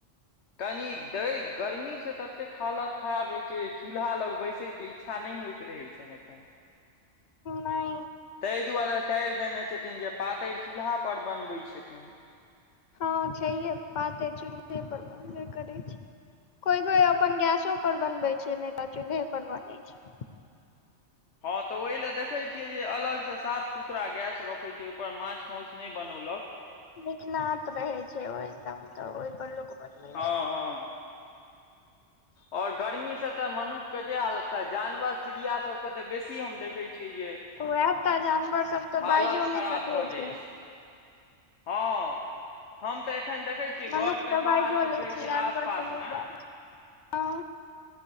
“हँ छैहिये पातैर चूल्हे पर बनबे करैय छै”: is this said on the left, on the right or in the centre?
Left